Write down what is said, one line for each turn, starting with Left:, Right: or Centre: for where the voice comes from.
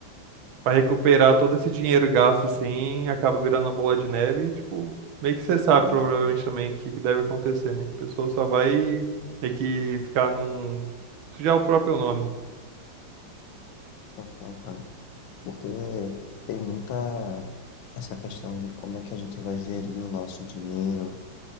Right: Pra recuperar todo
Left: Então,
Right: esse dinheiro gasto assim, acaba virando uma bola de neve e, tipo, meio que você sabe
Left: Exatamente.
Right: provavelmente também o que que deve acontecer, né? A pessoa só vai meio que ficar num. sujar o próprio nome.
Left: Então, cara. porque tem muita essa questão de como é que a gente vai gerir o nosso dinheiro